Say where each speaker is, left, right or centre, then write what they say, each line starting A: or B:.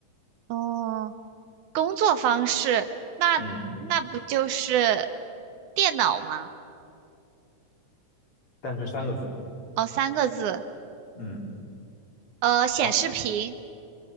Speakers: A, on the right; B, on the left.
A: 哦，工作方式，那那不就是
B: 嗯，
A: 电脑吗？
B: 但是三个字，
A: 哦，三个字，
B: 嗯，
A: 呃，显示屏，
B: 然后